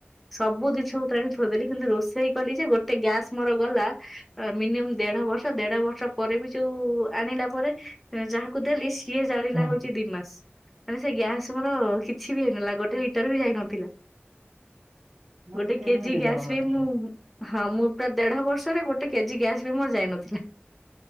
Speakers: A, in the centre; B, on the right.
A: ସବୁ ଜିନିଷ ଥୋଇଦେଲି କିନ୍ତୁ ରୋଷେଇ କଲି ଯେ ଗୋଟେ ଗ୍ୟାସ ମୋର ଗଲା ମିନିମମ୍ ଦେଢ ବର୍ଷ ଦେଢ ବର୍ଷ ପରେ ବି ଯଉ ଆଣିଲା ପରେ ଯାହାକୁ ଦେଲି ସିଏ ଜାଳିଲା
B: ହଁ।
A: ହଉଛି ଦିମାସ। ମାନେ ସେ ଗ୍ୟାସ ମୋର କିଛି ବି ହେଇନଥିଲା ଗୋଟେ ଲିଟର ବି ଯାଇନଥିଲା।
B: ମାନେ
A: ଗୋଟେ
B: କେମିତି
A: କେଜି ଗ୍ୟାସ
B: କଣ ମାନେ
A: ରେ ମୁଁ ହଁ ମୁଁ ପ୍ରାୟ ଦେଢ ବର୍ଷରେ ଗୋଟେ କେଜି ଗ୍ୟାସ ମୋର ଯାଇ ନ ଥିଲା।